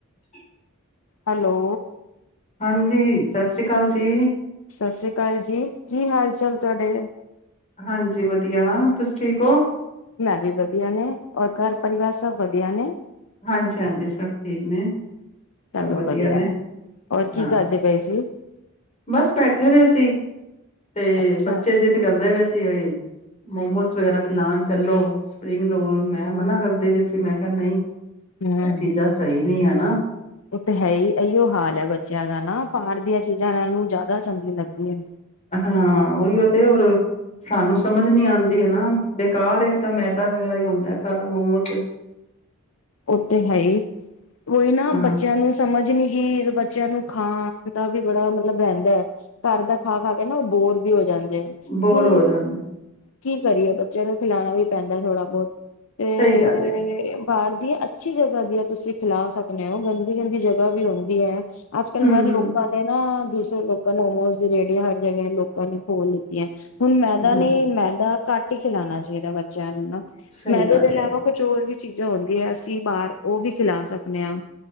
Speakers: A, on the left; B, on the left.
A: ਜ
B: ਹੈਲੋ
A: ਹਾਂਜੀ ਸਤਿ ਸ੍ਰੀ ਅਕਾਲ ਜੀ
B: ਸਤਿ ਸ੍ਰੀ ਅਕਾਲ ਜੀ ਕੀ ਹਾਲ ਚਾਲ ਤੁਹਾਡੇ
A: ਹਾਂਜੀ ਵਧੀਆ ਤੁਸੀ ਠੀਕ ਹੋ
B: ਮੈਂ ਵੀ ਵਧੀਆ ਨੇ ਔਰ ਘਰ ਪਰਿਵਾਰ ਸਭ ਵਧੀਆ ਨੇ
A: ਹਾਂਜੀ ਹਾਂਜੀ ਸਭ ਠੀਕ ਨੇ
B: ਚਲੋ
A: ਸਭ
B: ਵਧੀਆ
A: ਨੇ,
B: ਹੋਰ ਕੀ
A: ਹਾਂ
B: ਕਰਦੇ ਪਏ ਸੀ
A: ਬਸ ਬੈਠੇ ਰਹੇ ਸੀ ਤੇ
B: ਅੱਛਾ,
A: ਬੱਚੇ ਜਿੱਦ ਕਰਦੇ ਪਏ ਸੀ ਮੋਮੋਸ ਵਗੈਰਾ ਖਿਲਣ ਚੱਲੋ ਸਪਰਿੰਗ ਰੋਲ ਮੈਂ ਮਨਾ ਕਰਦੇ ਵੀ ਸੀ ਮੈਂ ਕਿਹਾ ਨਹੀਂ
B: ਹਮ
A: ਇਹ ਚੀਜ਼ਾਂ ਸਹੀ ਨੀ ਹੈ ਨਾ,
B: ਉਹ ਤਾਂ ਹੈ ਹੀ ਇਹੀਓ ਹਾਲ ਹੈ ਬੱਚਿਆਂ ਦਾ ਨਾ ਬਾਹਰ ਦੀਆਂ ਚੀਜ਼ਾਂ ਇਹਨਾਂ ਨੂੰ ਜ਼ਿਆਦਾ ਚੰਗੀਆਂ ਲੱਗਦੀਆਂ ਨੇ
A: ਹਾਂ ਉਹੀ ਉਹ ਤੇ ਹੋਰ ਸਾਨੂੰ ਸਮਝ ਨ ਆਉਂਦੀ ਹੈ ਨਾ ਬੇਕਾਰ ਹੈ ਤਾਂ ਮੈਦਾ ਵਗੈਰਾ ਹੀ ਹੁੰਦਾ ਸਾਰਾ ਮੋਮੋ
B: ਉਹ ਤੇ ਹੈ ਹੀ ਉਹੀ ਨਾ
A: ਹਾਂ,
B: ਬੱਚਿਆਂ ਨੂੰ ਸਮਝ ਨੀ ਕੀ ਬੱਚਿਆਂ ਨੂੰ ਖਾਣ ਦਾ ਵੀ ਬੜਾ ਮਤਲਬ ਰਹਿੰਦਾ ਹੈ। ਘਰ ਦਾ ਖਾ ਖਾ ਕੇ ਨਾ ਉਹ ਬੋਰ ਵੀ ਹੋ ਜਾਂਦਾ
A: ਬੋਰ
B: ਹੁ
A: ਹੋ ਜਾਂਦਾ,
B: ਕੀ ਕਰੀਏ ਬੱਚਿਆਂ ਨੂੰ ਖਿਲਾਉਣਾ ਵੀ ਪੈਂਦਾ ਥੋੜ੍ਹਾ ਬਹੁਤ ਤੇ
A: ਸਹੀ ਗੱਲ ਹੈ,
B: ਬਾਹਰ ਦੀ ਅੱਛੀ ਜਗਾ ਦੀ ਤੁਸੀਂ ਖਿਲਾ ਸਕਦੇ ਹੋ ਗਲ ਹਦੀ ਕਹਿੰਦੀ ਜਗ੍ਹਾ ਵੀ ਆਉਂਦੀ ਹੈ ਅੱਜ ਕੱਲ੍ਹ
A: ਹੂੰ-ਹੂੰ,
B: ਹਰ ਲੋਕਾਂ ਨੇ ਨਾ ਦੂਸਰੇ ਲੋਕਾਂ ਹੋਮੋਸ ਦੀ ਰੇੜੀ ਹਰ ਜਗ੍ਹ ਲੋਕਾਂ ਨੇ ਖੋਲ ਲਤੀਆਂ ਹੁਣ ਮੈਦਾ
A: ਹੂੰ,
B: ਨੇ
A: ਹੂੰ,
B: ਮੈਦਾ ਘੱਟ ਹੀ ਖਿਲਾਣਾ ਚਾਹੀਦਾ ਬੱਚਿਆਂ ਨੂੰ
A: ਸਹੀ
B: ਮੈਦੇ
A: ਗੱਲ
B: ਦੇ ਇਲਾਵਾ
A: ਹੈ।
B: ਕੁਚੋਰ ਵੀ ਚੀਜ਼ਾਂ ਹੁੰਦੀਆਂ ਅਸੀਂ ਬਾਹਰ ਉਹ ਵੀ ਖਿਲਾ ਸਕਦੇ ਹਾਂ